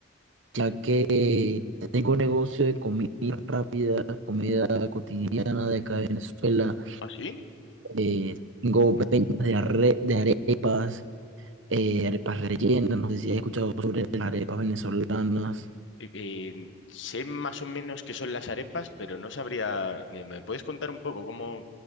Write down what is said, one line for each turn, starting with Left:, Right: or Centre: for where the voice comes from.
Right: ya que tengo negocio de comida rápida, comida cotidiana de acá de Venezuela.
Left: ¿Ah, sí?
Right: eh, tengo ventas de, arre- de arepas, eh, arepas rellenas, no sé si has escuchado sobre las arepas venezolanas.
Left: Eh, eh, sé más o menos qué son las arepas, pero no sabría. ¿Me, me puedes contar un poco cómo